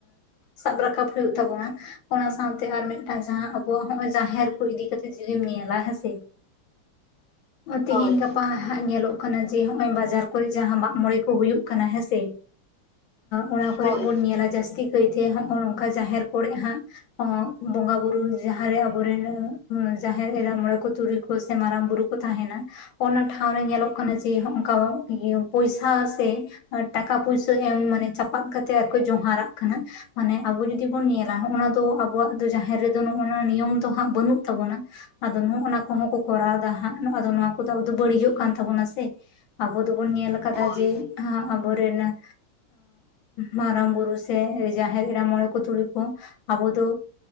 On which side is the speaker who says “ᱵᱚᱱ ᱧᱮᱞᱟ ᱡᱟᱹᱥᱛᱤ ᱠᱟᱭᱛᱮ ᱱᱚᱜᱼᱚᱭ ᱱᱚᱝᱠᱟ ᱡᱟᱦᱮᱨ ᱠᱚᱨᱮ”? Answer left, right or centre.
Left